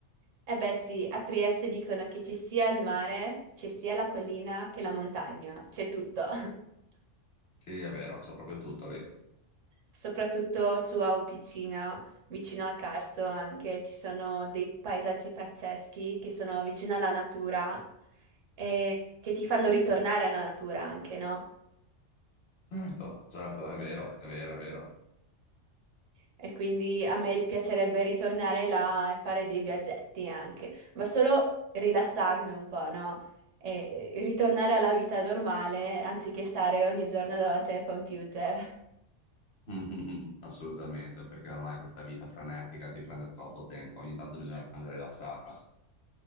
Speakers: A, on the right; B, on the left.
A: E beh sì, a Trieste dicono che ci sia il mare, c'è sia la collina che la montagna, c'è tutto. <laughs>
B: Sì, è vero, c'è proprio tutto lì.
A: Soprattutto su Aupicina, vicino al Carso anche, ci sono dei paesaggi pazzeschi che sono vicino alla natura e che ti fanno ritornare alla natura anche, no?
B: Certo, certo, è vero, è vero, è vero.
A: E quindi a me piacerebbe ritornare là e fare dei viaggetti anche, ma solo rilassarmi un po', no? E e ritornare alla vita normale anziché stare ogni giorno davanti al computer. <laughs>
B: <laughs> Mhm, Assolutamente, perché ormai questa vita frenetica ti prende troppo tempo, ogni tanto bisogna anche rilassarsi.